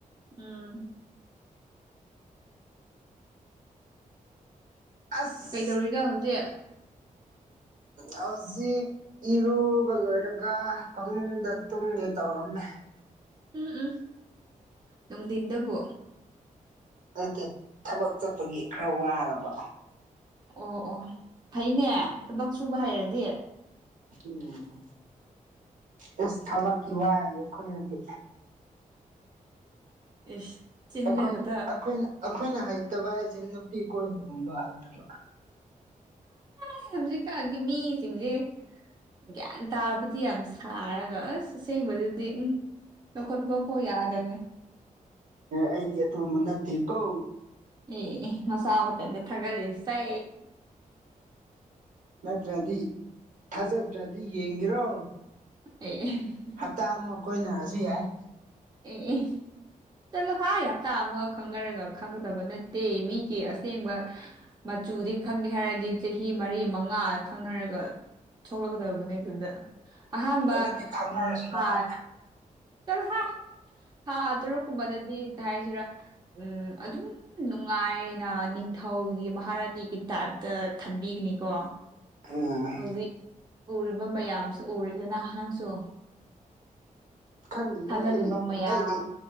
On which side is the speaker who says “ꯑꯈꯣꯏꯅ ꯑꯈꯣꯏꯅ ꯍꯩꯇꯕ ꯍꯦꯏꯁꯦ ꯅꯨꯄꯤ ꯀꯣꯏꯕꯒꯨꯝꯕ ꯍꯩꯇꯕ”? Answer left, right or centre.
Right